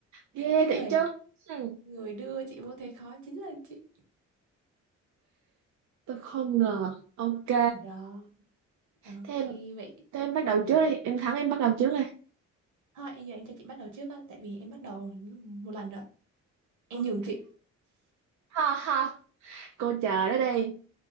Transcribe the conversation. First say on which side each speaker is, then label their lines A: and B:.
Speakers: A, on the right; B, on the right.
A: Ghê
B: Cái
A: thiệt
B: người
A: chứ hmm.
B: người đưa chị vô thế khó chính là chị.
A: Tôi không ngờ Ok
B: Đó. Ok,
A: Thế em,
B: vậy
A: thế em bắt đầu
B: thì
A: trước đi Em thắng em bắt đầu trước đi
B: thôi em giờ em cho chị bắt đầu trước á, tại vì em bắt đầu một lần rồi. Em
A: Ok.
B: nhường chị.
A: Ha ha Cô chờ đó đi